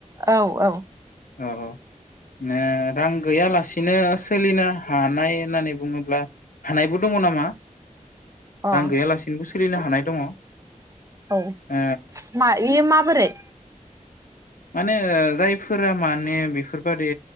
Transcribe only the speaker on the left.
ओ औ-औ रां गैयालासिनो सोलिनो हानाय होननानै बुङोब्ला हानायबो दङ नामा?
रां गैयालासे <unintelligible> हानाय दङ।
ओ
माने ओ जायफोरा माने बेफोरबादि